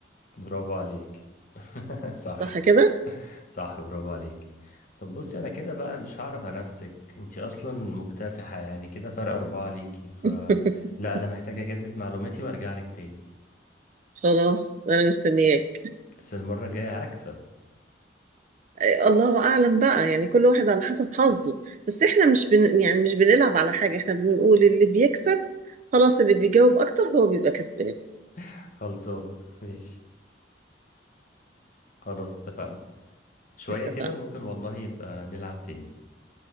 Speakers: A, on the left (about 45°); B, on the right (about 40°).
A: برافو عليك <laughs> صح
B: صح كده
A: صح برافو عليك طب بصي انا كده بقى مش هعرف انافسك انتي اصلا مكتسحة يعني كده فرق اربعة ليكي ف
B: <laughs>
A: لا انا محتاج اجدد معلوماتي وارجع لك تاني
B: خلاص انا مستنياك
A: بس المرة الجاية هكسب
B: آه، الله اعلم بقى يعني كل واحد على حسب حظه بس احنا مش بن... يعني مش بنلعب على حاجة احنا بنقول اللي بيكسب خلاص اللي بيجاوب اكتر هو بيبقى كسبان
A: <laughs> خلصان ماشي خلاص اتفقنا شوية
B: اتفقنا
A: كده وممكن والله يبقى نلعب تاني